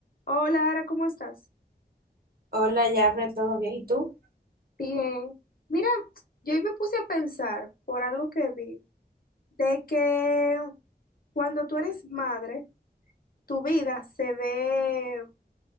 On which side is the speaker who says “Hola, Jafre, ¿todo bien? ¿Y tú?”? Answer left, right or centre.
Right